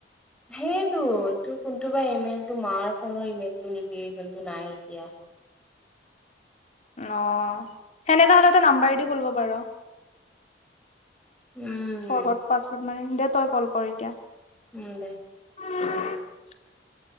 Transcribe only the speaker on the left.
অ সেনেকা হলে ত নাম্বাৰদি খুলিব পাৰ
ফৰৰ্গড পাছৱৰ্ড মাৰিম দে তই কল কৰ এতিয়া
<unintelligible>